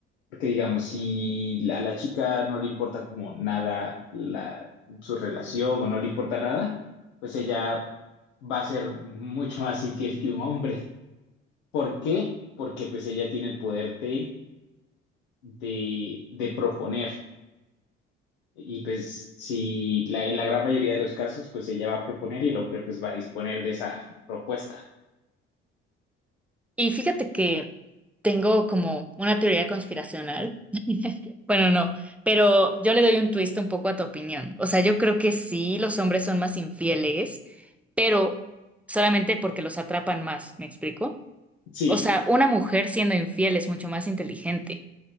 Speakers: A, on the left; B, in the centre.
A: porque digamos, si a la chica no le importa como nada la, su relación o no le importa nada, pues ella va a ser mucho más infiel que un hombre. ¿Por qué? Porque pues ella tiene el poder de, de, de proponer. Y pues si la- en la gran mayoría de los casos, pues ella va a proponer y el hombre pues va a disponer de esa propuesta.
B: Y fíjate que tengo como una teoría conspiracional. <laughs> Bueno, no, pero yo le doy un twist un poco a tu opinión. O sea, yo creo que sí, los hombres son más infieles, pero solamente porque los atrapan más, ¿me explico?
A: Sí,
B: O sea, una mujer siendo infiel es mucho más inteligente.